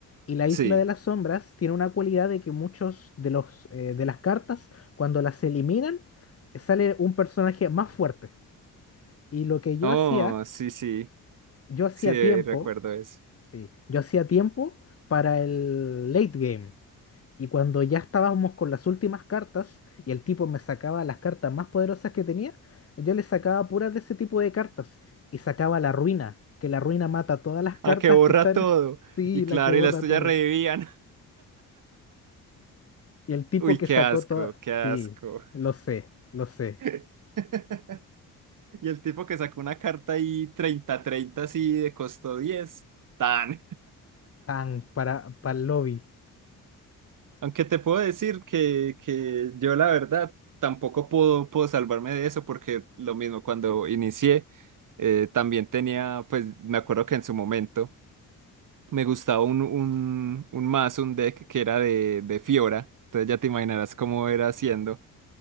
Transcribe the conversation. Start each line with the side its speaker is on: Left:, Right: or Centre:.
Left: Y la
Right: Sí.
Left: Isla de las Sombras tiene una cualidad de que muchos de los eh, de las cartas, cuando las eliminan, sale un personaje más fuerte. Y lo que yo
Right: Oh,
Left: hacía,
Right: sí, sí.
Left: yo hacía
Right: Sí, eh,
Left: tiempo,
Right: recuerdo eso.
Left: sí, yo hacía tiempo para el late game. Y cuando ya estábamos con las últimas cartas y el tipo me sacaba las cartas más poderosas que tenía, yo le sacaba puras de ese tipo de cartas y sacaba la ruina, que la ruina mata todas las cartas
Right: Ah, que borra
Left: que están.
Right: todo.
Left: <laughs> Sí,
Right: Y claro,
Left: la que borra
Right: y las tuyas
Left: todo.
Right: revivían.
Left: Y
Right: <laughs>
Left: el tipo
Right: Uy,
Left: que
Right: qué
Left: sacó
Right: asco,
Left: todas.
Right: qué asco.
Left: Sí, lo sé, lo sé.
Right: <laughs> Y el tipo que sacó una carta ahí treinta treinta así de costo diez, Tan.
Left: Tan, para, para el lobby.
Right: Aunque te puedo decir que, que yo la verdad tampoco puedo, puedo salvarme de eso porque lo mismo cuando inicié eh, también tenía, pues me acuerdo que en su momento me gustaba un, un, un mazo, un deck que era de, de Fiora, entonces ya te imaginarás cómo era haciendo.